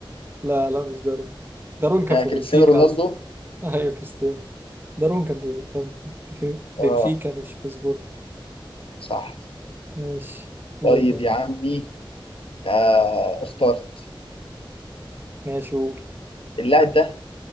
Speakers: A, on the right; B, on the left.
A: لا لا مش دارون دارون كان
B: آه،
A: في
B: كريستيانو
A: بنفيكا
B: رونالدو
A: اصلا <laughs> ايوه كريستيانو دارون كان بن- كان في بنفيكا
B: اه
A: مش في سبورت
B: صح
A: ماشي قول
B: طيب
A: بقى
B: يا عمي آه اخترت
A: ماشي قول
B: اللاعب ده